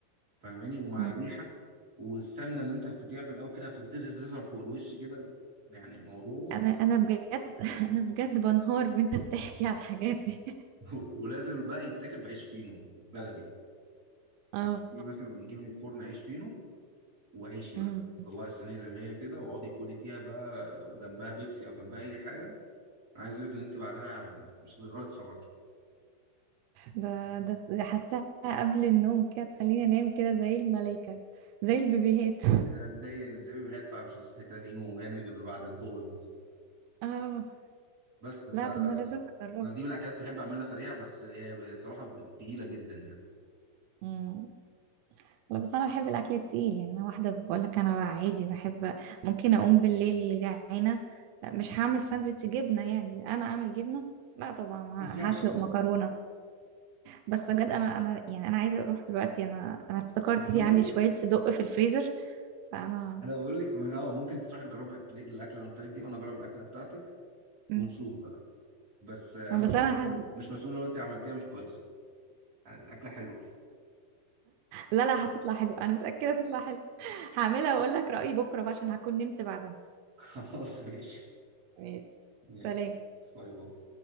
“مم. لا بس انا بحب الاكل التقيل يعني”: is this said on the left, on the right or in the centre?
Right